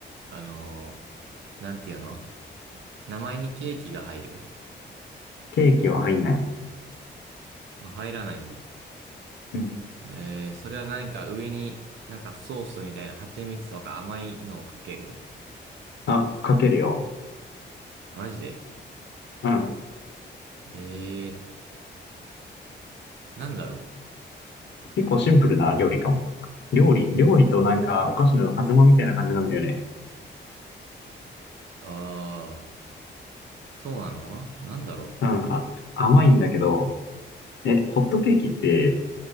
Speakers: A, on the right; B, on the left.
A: あのーなんていうの名前にケーキが入る
B: ケーキは入んない。
A: まあ入らないんだ。
B: うん。
A: えー、それは何か上に、なんかソースみたいな蜂蜜とか甘いのをかける
B: あ、かけるよ。
A: マジで
B: うん。
A: えー、なんだろ
B: 結構シンプルな料理かも。料理、料理となんかお菓子の狭間みたいな感じなんだよね。
A: うあー、そうなのなんだろ
B: うん、あ、甘いんだけど、え、ホットケーキって